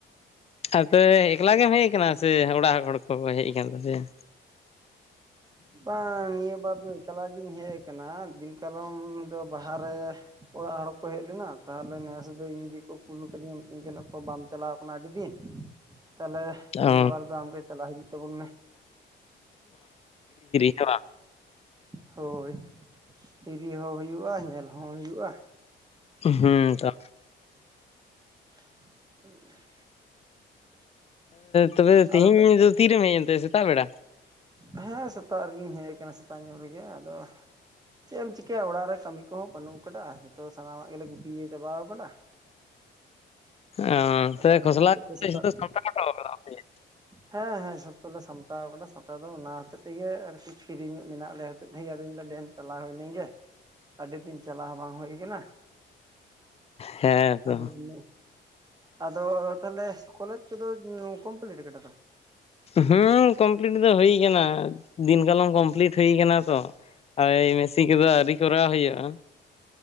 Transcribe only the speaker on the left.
ᱟᱫᱚᱮ ᱮᱠᱞᱟ ᱜᱮᱢ ᱦᱮᱡ ᱟᱠᱟᱱᱟ ᱥᱮ ᱚᱲᱟᱜ ᱦᱚᱲ ᱠᱚ ᱜᱠᱚ ᱦᱮᱡ ᱟᱠᱟᱱ ᱛᱟᱯᱮᱭᱟ
ᱚ
<unintelligible>
ᱦᱮᱸ ᱛᱚ
ᱛᱚᱵᱮ ᱛᱮᱦᱤᱧ
ᱫᱚ ᱛᱤᱨᱮᱢ ᱦᱮᱡ ᱮᱱᱛᱮ ᱥᱮᱛᱟᱜ ᱵᱮᱲᱟ
ᱚ
ᱛᱚᱵᱮ
ᱠᱷᱚᱥᱞᱟ
ᱡᱚᱛᱚ ᱥᱟᱢᱴᱟᱣ ᱦᱚᱴᱚ ᱠᱟᱫᱟᱢ ᱥᱮ ᱪᱮᱫ?
ᱦᱮᱸ ᱛᱚ
ᱦᱮᱸ ᱠᱚᱢᱯᱞᱤᱴ ᱫᱚ ᱦᱩᱭ ᱠᱟᱱᱟ ᱫᱤᱱ ᱠᱟᱞᱚᱢ ᱠᱚᱢᱯᱞᱤᱴ ᱦᱩᱭ ᱠᱟᱱᱟ ᱛᱚ᱾ ᱟᱨ ᱢᱮᱥᱤ ᱠᱚᱫᱚ ᱟᱣᱨᱤ ᱠᱚᱨᱟᱣ ᱦᱩᱭᱩᱜᱼᱟ᱾